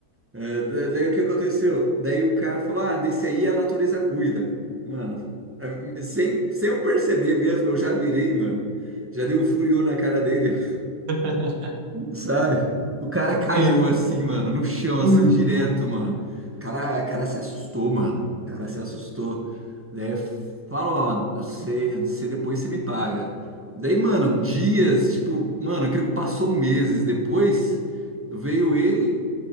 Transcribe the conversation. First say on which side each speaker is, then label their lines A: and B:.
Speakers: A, on the right; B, on the right.
A: É, da- daí o que aconteceu? Daí o cara falou: ah, desse aí a natureza cuida. Mano, é, sem, sem eu perceber mesmo, eu já virei, mano. Já dei um furiô na cara dele,
B: <laughs>
A: Sabe? O cara caiu
B: Ah,
A: assim, mano, no chão, assim,
B: duro.
A: direto, mano. O cara, o cara se assustou, mano. O cara se assustou. Daí falou, ó, você, você depois você me paga. Daí, mano, dias, tipo, mano, eu creio que passou meses depois, veio ele.